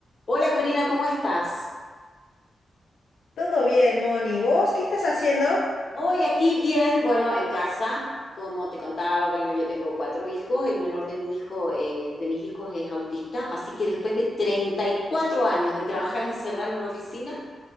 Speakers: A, on the left; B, on the left.
A: Hola Corina, ¿cómo estás?
B: Todo bien, Moni. ¿Vos qué estás haciendo?
A: Voy aquí bien, bueno, en casa. Como te contaba, bueno, yo tengo cuatro hijos. El menor de mi hijo, eh, de mis hijos es autista, así que después de 34 años de trabajar <laughs> encerrada en una oficina,